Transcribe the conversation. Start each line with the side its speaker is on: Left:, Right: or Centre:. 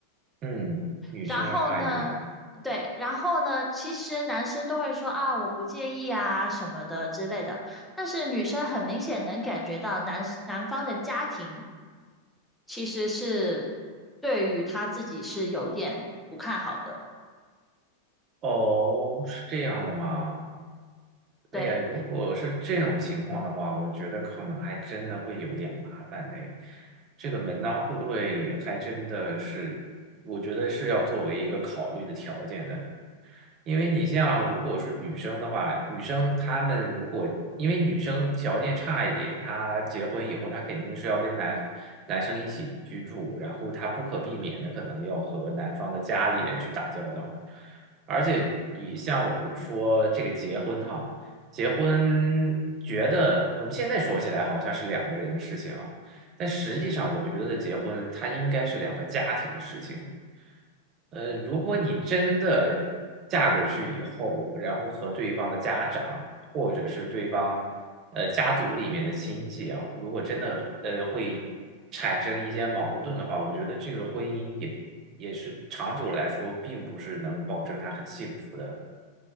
Right: 嗯，女生要差一点
Centre: 然后呢，对，然后呢，其实男生都会说啊，我不介意啊什么的之类的，但是女生很明显能感觉到男男方的家庭其实是对于他自己是有点不看好的。
Right: 哦，是这样的吗？
Centre: 对，
Right: 哎呀，如果是这种情况的话，我觉得可能还真的会有点麻烦呢。这个门当户对还真的是，我觉得是要作为一个考虑的条件的。因为你像如果是女生的话，女生她们如果因为女生条件差一点，她结婚以后她肯定是要跟男男生一起居住，然后她不可避免的可能要和男方的家里人去打交道，而且你像我们说这个结婚哈，结婚觉得我们现在说起来好像是两个人的事情啊，但实际上我就觉得结婚它应该是两个家庭的事情。呃，如果你真的嫁过去以后，然后和对方的家长或者是对方呃家族里面的亲戚啊，如果真的呃会产生一些矛盾的话，我觉得这个婚姻也也是长久来说，并不是能保证他很幸福的。